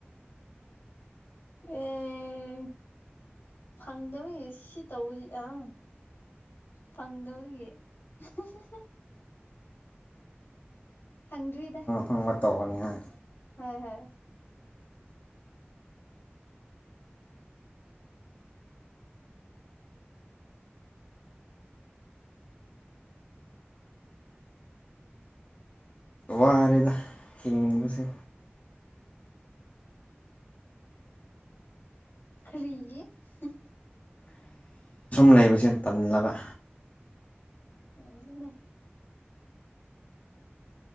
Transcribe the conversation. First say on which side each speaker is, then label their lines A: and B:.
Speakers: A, on the left; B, on the left.
A: ꯑꯦ ꯐꯪꯗꯕꯒꯤ ꯁꯤ ꯇꯧꯕꯁꯤ ꯑꯪ ꯐꯪꯗꯕꯒꯤ꯫ <inaudible> <unintelligible> ꯐꯪꯗꯔꯤꯗ꯫
B: ꯐꯪꯕ ꯇꯧꯒꯅꯤ ꯍꯥꯏ
A: ꯍꯣꯏ ꯍꯣꯏ꯫
B: ꯋꯔꯦꯗ ꯍꯤꯡꯕꯁꯦ꯫
A: ꯈꯔꯤꯒꯤ ꯍꯝ
B: ꯂꯩꯕꯕꯁꯤꯅ ꯇꯝꯂꯅꯕ
A: ꯎꯝ ꯑꯗꯨꯅꯦ